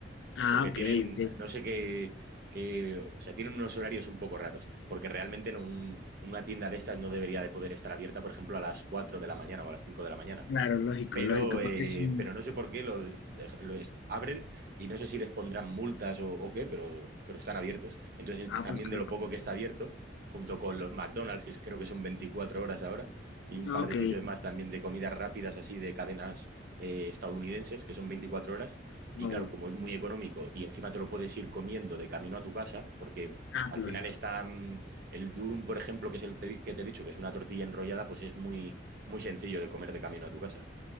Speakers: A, on the left (about 75°); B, on the right (about 55°).
A: Ah,
B: porque
A: ok,
B: tienen,
A: ok.
B: no sé qué, qué- o sea, tienen unos horarios un poco raros, porque realmente en un- una tienda de estas no debería de poder estar abierta, por ejemplo, a las 4 de la mañana o a las cinco de la mañana
A: Claro, lógico,
B: pero,
A: lógico, porque
B: eh,
A: es un...
B: pero no sé por qué lo, dej- lo est- abren y no sé si les pondrán multas o, o qué, pero, pero están abiertos. Entonces,
A: Ah,
B: también
A: pues qué
B: de
A: loco.
B: lo poco que está abierto, junto con los McDonald's, que creo que son 24 horas ahora, y un
A: Ok.
B: par de sitios más también de comidas rápidas así de cadenas eh, estadounidenses, que son 24 horas, y
A: Oh,
B: claro, como es muy económico y encima te lo puedes ir comiendo de camino a tu casa, porque
A: ah,
B: al
A: lógico.
B: final está mm, el durum, por ejemplo, que es el te- que te he dicho, que es una tortilla enrollada, pues es muy, muy sencillo de comer de camino a tu casa